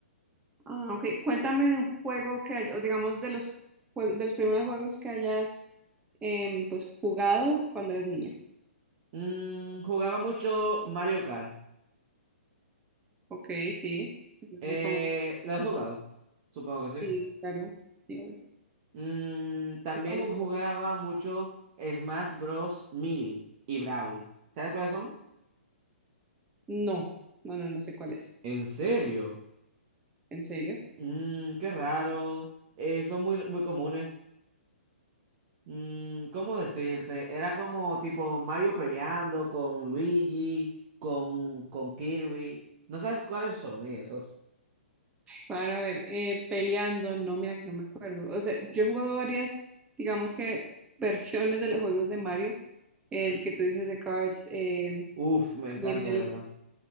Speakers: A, on the right; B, on the right.
A: Ah, ok. Cuéntame de un juego que, hay- o digamos, de los, jue- de los primeros juegos que hayas em, pues jugado cuando eras niño.
B: Mm, jugaba mucho Mario Kart.
A: Ok, sí. Es
B: Eh,
A: Muy famoso.
B: ¿lo has jugado? Supongo que
A: Sí,
B: sí.
A: claro. Sí, obvio.
B: Mm, también
A: Es famoso.
B: jugaba mucho Smash Bros. Melee y Brawl. ¿Sabes cuáles son?
A: No, no, no, no sé cuál es.
B: ¿En serio?
A: ¿En serio?
B: Mm, qué raro. Eh, son muy, muy comunes. Mm, ¿cómo decirte? Era como tipo Mario peleando con Luigi, con, con Kirby. ¿No sabes cuáles son y esos?
A: Para ver, eh, peleando, no, mira que no me acuerdo. O sea, yo he jugado varias, digamos que versiones de los juegos de Mario. El que tú dices de Cards, em,
B: Uf, me
A: también
B: encanta
A: el
B: de verdad.